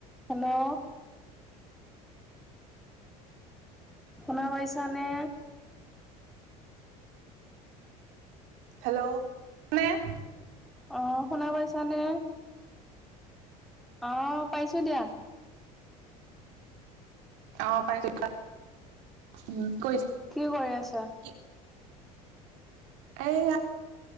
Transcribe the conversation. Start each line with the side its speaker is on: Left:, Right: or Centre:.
Centre: Hello. শুনা পাইছানে?
Right: Hello <inaudible>
Centre: অ', শুনা পাইছানে? অ', পাইছোঁ দিয়া।
Right: অ', পাইছোঁ কা, উম, কৰিছ
Centre: কি কৰি আছা?
Right: কি এয়া